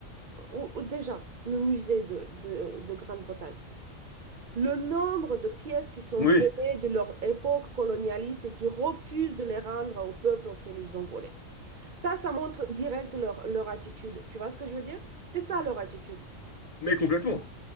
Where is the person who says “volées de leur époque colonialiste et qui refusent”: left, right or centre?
Right